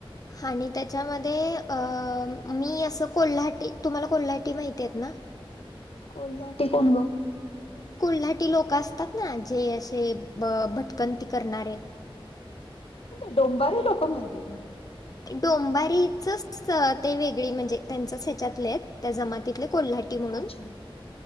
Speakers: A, on the left (about 40°); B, on the left (about 85°).
A: आणि त्याच्यामध्ये अ मी असं कोल्हाटी तुम्हाला कोल्हाटी माहिती आहेत ना
B: कोल्हाटी कोण गं
A: कोल्हाटी लोक असतात ना जे असे भटकंती करणारे.
B: ते डोंबारी लोक माहिती आहेत मला
A: डोंबारीचच ते वेगळी म्हणजे त्यांचच ह्याच्यातले आहेत त्या जमातीतले कोल्हाटी. म्हणून
B: अच्छा,